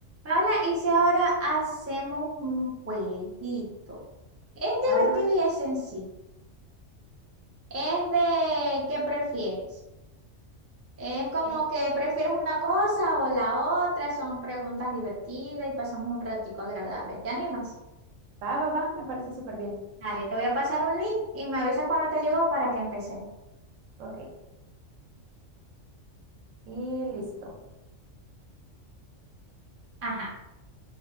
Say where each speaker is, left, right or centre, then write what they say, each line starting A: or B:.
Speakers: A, on the right; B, on the right.
A: Hola, y si ahora hacemos un jueguito. Es divertido
B: Vale, vale.
A: y es sencillo. Es de qué prefieres. Es como
B: sí.
A: que prefieres una cosa o la otra. Son preguntas divertidas y pasamos un ratico agradable. ¿Te animas?
B: Va, va, va, me parece súper bien.
A: Dale, te voy a pasar un link y me avisa cuando te llegó para que empecemos.
B: Ok, y listo.
A: Ajá.